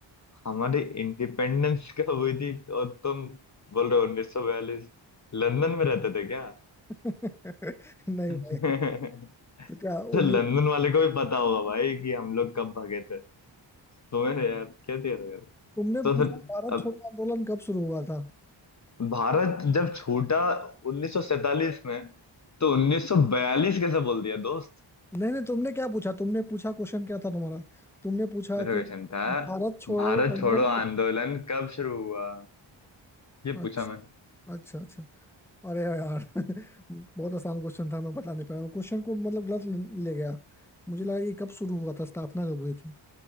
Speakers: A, on the left (about 35°); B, in the centre.
A: हमारी इंडिपेंडेंस <laughs> कब हुई थी और तुम बोल रहे हो उन्नीस सौ बयालीस लंदन में रहते थे क्या
B: <laughs> नहीं भाई
A: <laughs>
B: तो क्या
A: तो
B: उन्नीस
A: लंदन वाले को भी पता होगा भाई कि हम लोग कब भागे थे तुम्हें यार क्या दिया था यार
B: तुमने
A: तो
B: पूछा
A: फिर
B: भारत
A: अब
B: छोड़ो आंदोलन कब शुरू हुआ था
A: भारत जब छूटा 1947 में तो 1942 कैसे बोल दिया दोस्त
B: नहीं नहीं तुमने क्या पूछा तुमने पूछा क्वेश्चन क्या था तुम्हारा तुमने पूछा
A: मेरा क्वेश्चन
B: कि
A: था
B: भारत छोड़ो
A: भारत
B: आंदोलन
A: छोड़ो आंदोलन कब शुरू हुआ ये
B: अच्छा
A: पूछा मैंने
B: अच्छा अच्छा अरे यार <laughs> बहुत आसान क्वेश्चन था मैं बता नहीं पाया हूँ। क्वेश्चन को मतलब गलत ले ले गया मुझे लगा कि कब शुरू हुआ था स्थापना कब हुई थी